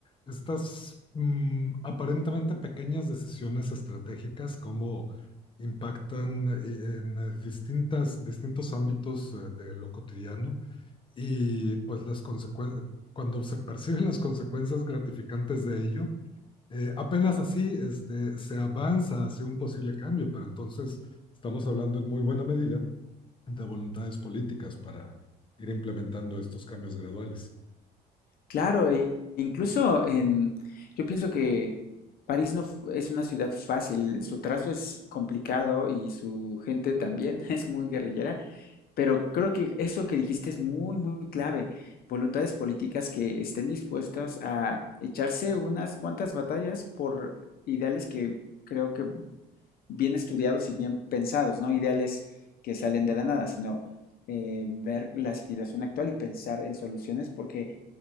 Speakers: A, on the left; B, on the left.
A: estas mm, aparentemente pequeñas decisiones estratégicas, cómo impactan eh, en eh, distintas, distintos ámbitos eh, de lo cotidiano y pues las consecuencias, cuando se perciben las consecuencias gratificantes de ello, eh, apenas así este, se avanza hacia un posible cambio, pero entonces estamos hablando en muy buena medida de voluntades políticas para ir implementando estos cambios graduales.
B: Claro, e incluso en, yo pienso que París no f- es una ciudad fácil, su trazo es complicado y su gente también <laughs> es muy guerrillera, pero creo que eso que dijiste es muy, muy clave. Voluntades políticas que estén dispuestas a echarse unas cuantas batallas por ideales que creo que bien estudiados y bien pensados, no ideales que salen de la nada, sino eh, ver la situación actual y pensar en soluciones, porque